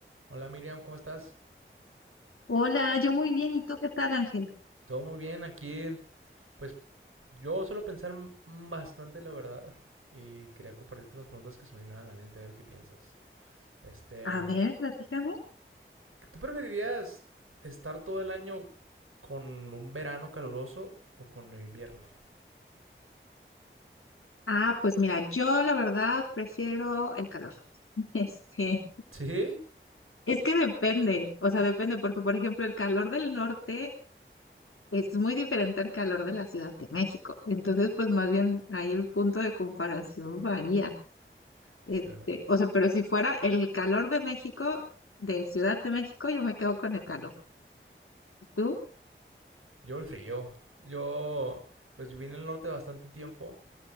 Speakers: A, on the right (about 85°); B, on the left (about 85°).
A: Hola Miriam, ¿cómo estás?
B: Hola, yo muy bien. ¿Y tú qué tal, Ángel?
A: Todo muy bien aquí. Pues yo suelo pensar m- bastante, la verdad, y quería compartirte unas preguntas que se me vinieron a la mente a ver qué piensas. Este,
B: A ver, platícame.
A: ¿tú preferirías estar todo el año con un verano caluroso o con un invierno?
B: Ah, pues mira, yo la verdad prefiero el calor. <laughs> Este,
A: ¿Sí?
B: es que depende, o sea, depende, porque por ejemplo, el calor del norte es muy diferente al calor de la Ciudad de México. Entonces, pues más bien ahí el punto de comparación varía.
A: Pues
B: Este,
A: sí, ¿verdad?
B: o sea, pero si fuera el calor de México, de Ciudad de México, yo me quedo con el calor. ¿Y tú?
A: Yo el frío. Yo, pues viví en el norte bastante tiempo